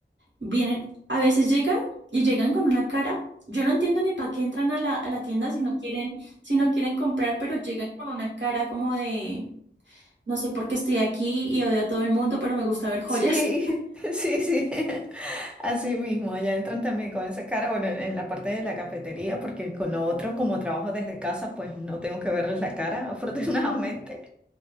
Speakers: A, on the right; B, in the centre.
A: Vienen, a veces llegan y llegan con una cara. Yo no entiendo ni para qué entran a la, a la tienda si no quieren, si no quieren comprar, pero llegan con una cara como de, no sé por qué estoy aquí y odio a todo el mundo, pero me gusta ver joyas.
B: Sí, <laughs> sí, sí. Así mismo, allá entran también con esa cara, bueno, en, en la parte de la cafetería, porque con lo otro, como trabajo desde casa, pues no tengo que verles la cara, <laughs> afortunadamente.